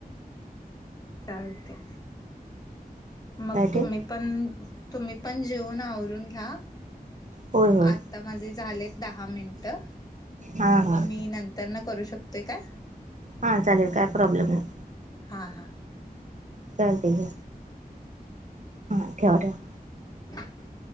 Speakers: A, on the left; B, on the right.
A: चालतेय. मग
B: काय
A: तुम्ही
B: ते
A: पण तुम्ही पण जेऊन आवरून घ्या.
B: होय होय
A: आता माझे झालेत दहा मिनिटं
B: हां हां
A: मी नंतर न करू शकतोय काय?
B: हा चालेल काय प्रॉब्लेम नाही.
A: हा हा.
B: चालतेय की हा ठेवा ठेवा.
A: ह